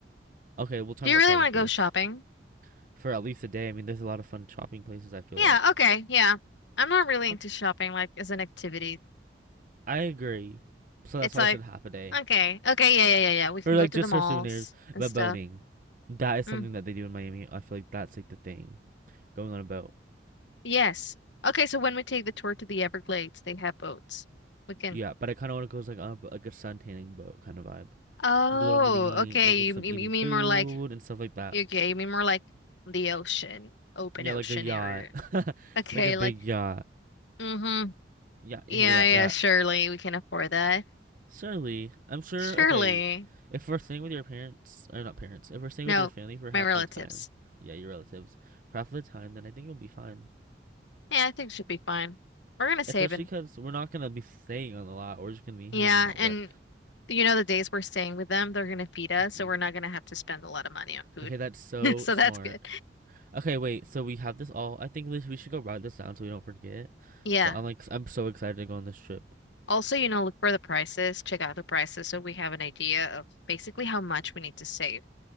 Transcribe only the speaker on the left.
Do you
really
want to
go shopping?
Yeah,
okay, yeah. I'm not really into
shopping like as an activity.
It's
like,
okay, okay, yeah, yeah, yeah, yeah. We can
go to
the malls
and
stuff.
Mm,
yes. Okay, so when we take the tour to the Everglades, they have boats. We can.
Oh,
okay.
You
you,
you mean
more like
okay, you mean more like the ocean, open
ocean
area.
Okay,
like,
mm-hmm.
Yeah,
yeah,
surely we can afford that.
Surely.
No,
my
relatives.
Yeah, I think it should be fine. We're gonna save
and
yeah,
and
you know the days we're staying with them, they're gonna feed us,
so we're not gonna have to spend a lot of money on food.
<laughs> So
that's good.
Yeah.
Also, you know, look for the prices, check out the prices so we have an idea of basically how much we need to save.